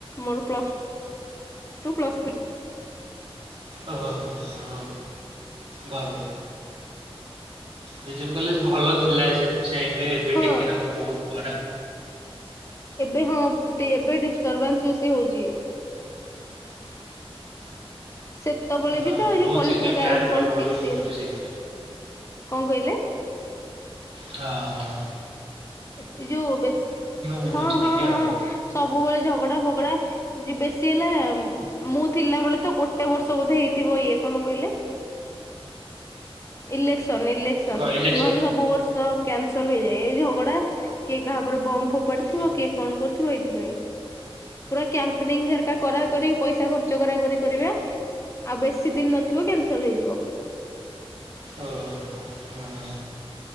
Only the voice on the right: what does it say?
ଓ ହ ହ ଭଲ ବିଜେପ କଲେଜ ଭଲ ଥିଲା। ସେ ଟାଇମୀରେ ଏବେ
ଟିକେ ନା ବହୁତ ଖରାପ
ହଁ
ବହୁତ
ସେଇଥିପାଇଁ ଭ୍ୟାନ ପ୍ରବଳ
ବି ବୁଲୁଛି
ସେଇଥିପାଇଁ।
ହଁ ହ
ବୁଲୁଛି
ଟିକେ
ଆଉ।
କ ଇଲେକ୍ସନ
ହୁଁ
ଓ ହୋ ହଁ